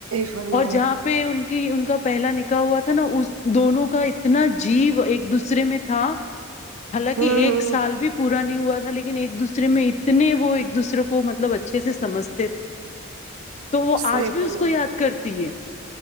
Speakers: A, on the right (about 85°); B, on the left (about 35°).
A: فرما
B: اور
A: رہے
B: جہاں
A: ہو
B: پہ ان کی ان کا پہلا نکا ہوا تھا نا اس دونوں کا اتنا جیو ایک دوسرے میں تھا حالانکہ
A: ہوں
B: ایک
A: ہوں
B: سال بھی پورا نہیں ہوا تھا لیکن ایک دوسرے میں اتنے وہ ایک دوسرے کو مطلب اچھے سے سمجھتے تھے تو وہ
A: صحیح
B: آج بھی
A: فرما
B: اس کو یاد کرتی ہے